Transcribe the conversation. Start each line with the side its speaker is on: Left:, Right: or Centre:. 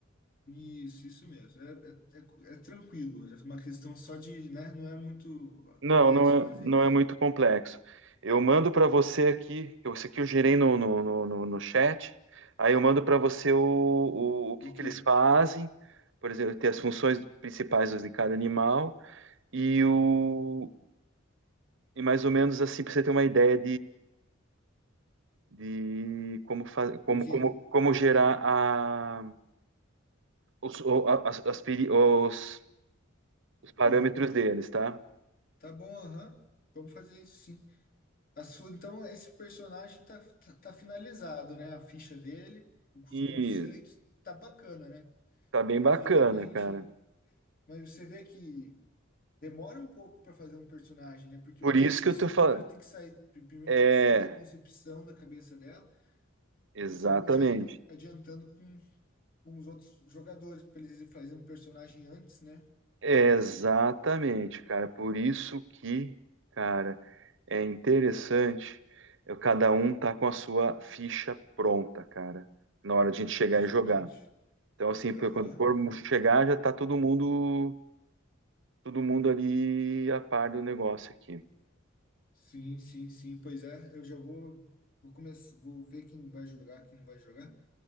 Left: Isso, isso mesmo. É, é, é, é tranquilo, é uma questão só de, né? Não é muito
Right: Não,
Left: complexo
Right: não
Left: fazer
Right: é, não
Left: isso.
Right: é muito complexo. Eu mando para você aqui, eu- isso aqui eu gerei no, no, no, no- no chat, aí eu mando para você o, o, o que
Left: O
Right: que
Left: quê?
Right: eles fazem, por exemplo, ter as funções principais de cada animal e o e mais ou menos assim para você ter uma ideia de como, fa- como,
Left: Do quê?
Right: como, como gerar a, os, o- a- as, as peri- os, os parâmetros
Left: Ah,
Right: deles, tá?
Left: tá bom, aham. Vamos fazer isso sim. A sua, então, esse personagem tá, tá, tá finalizado, né? A ficha dele, os
Right: E
Left: conceitos, tá bacana, né?
Right: tá bem bacana,
Left: Esse já dá pra gente.
Right: cara.
Left: Mas você vê que demora um pouco para fazer um personagem, né? Porque
Right: Por
Left: o-
Right: isso
Left: a pessoa
Right: que eu tô falando.
Left: primeiro tem que sair, pri- primeiro
Right: É,
Left: tem que sair da concepção da cabeça dela.
Right: exatamente.
Left: Isso é bom já ir adiantando com, com os outros jogadores, para eles fazerem um personagem antes, né?
Right: Exatamente, cara. Por isso que, cara, é interessante. Eu, cada um
Left: Ah,
Right: tá com a sua ficha pronta, cara, na hora de a gente chegar
Left: justamente.
Right: e jogar. Então, assim, porque
Left: Aham.
Right: quando for chegar, já tá todo mundo Todo mundo ali a par do negócio aqui.
Left: Sim, sim, sim. Pois é, eu já vou, vou começar, vou ver quem vai jogar, quem não vai jogar.